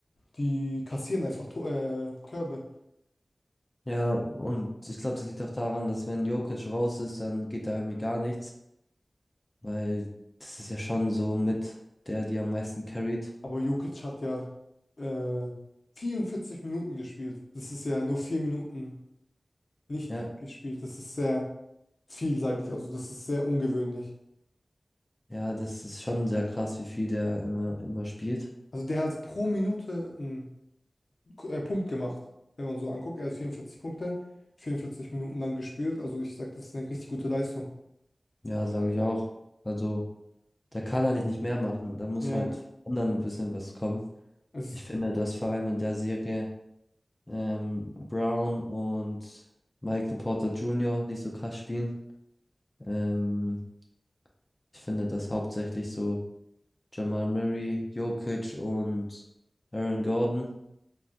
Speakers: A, on the left; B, on the left.
A: die kassieren einfach To- äh, Körbe.
B: Ja, und ich glaube, das liegt auch daran, dass wenn Jokic raus ist, dann geht da irgendwie gar nichts. Weil das ist ja schon so mit der, die am meisten carried.
A: Aber Jokic hat ja äh, 44 Minuten gespielt. Das ist ja nur vier Minuten nicht
B: Ja,
A: gespielt. Das ist sehr viel, sage ich. Also das ist sehr ungewöhnlich.
B: ja, das ist schon sehr krass, wie viel der immer, immer spielt.
A: Also der hat pro Minute einen äh, Punkt gemacht. Wenn man so anguckt, er hat 44 Punkte, 44 Minuten lang gespielt. Also ich sag, das ist eine richtig gute Leistung.
B: Ja, sage ich auch. Also, der kann eigentlich nicht mehr machen. Da muss
A: Ja,
B: halt von anderen ein bisschen was kommen.
A: Es,
B: Ich finde, dass vor allem in der Serie ähm, Brown und Michael Porter Jr. nicht so krass spielen. Ähm, ich finde, dass hauptsächlich so Jamal Murray, Jokic und Aaron Gordon